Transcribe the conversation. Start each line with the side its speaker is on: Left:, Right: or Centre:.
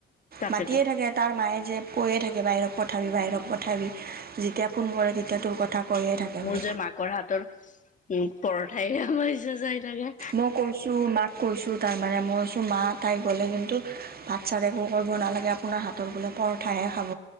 Left: তাকেতো
Right: মাটিয়ে থাকে। তাৰ মায়ে যে কৈয়ে থাকে বাহিৰক পঠাবি বাহিৰক পঠাবি যেতিয়া ফোন কৰে তেতিয়া তোৰ কথা কৰিয়ে থাকে
Left: মোৰ
Right: মো
Left: যে মাকৰ হাতৰ, উম পৰঠাই আছে যাই থাকে।
Right: মই কৈছোঁ মাক কৈছোঁ তাৰমানে মই কৈছোঁ মা তাই গ'লে কিন্তু ভাত - চাত একো কৰিব নালাগে আপোনাৰ হাতৰ বোলে পৰঠাহে খাব,